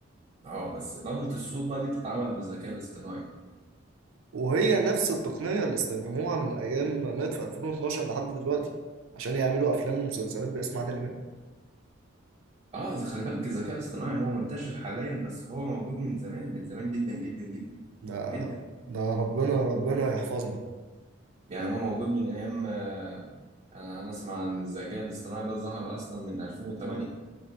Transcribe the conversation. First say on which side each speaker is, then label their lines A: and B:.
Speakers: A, on the right (about 30°); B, on the right (about 85°).
A: اه بس نبرة الصوت بقى دي بتتعمل بالذكاء الاصطناعي
B: وهي نفس التقنية اللي استخدموها من أيام ما مات في 2012 لحد دلوقتي عشان يعملوا أفلام ومسلسلات باسم عادل إمام
A: اه إذا خلي بالك الذكاء الاصطناعي هو منتشر حاليا بس هو موجود من زمان من زمان جدا جدا جدا
B: ده
A: جدا
B: ده ربنا ربنا يحفظنا
A: يعني
B: يعني
A: هو موجود من ايام آه، انا انا اسمع عن الذكاء الاصطناعي ده ظهر اصلا من 2008